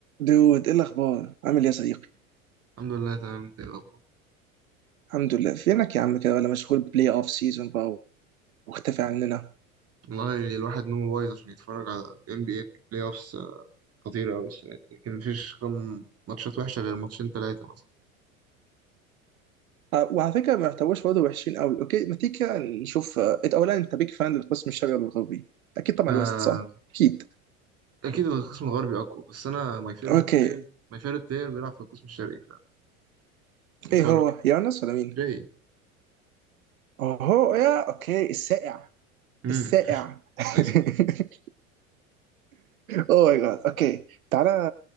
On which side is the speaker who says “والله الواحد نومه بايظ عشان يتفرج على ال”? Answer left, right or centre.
Right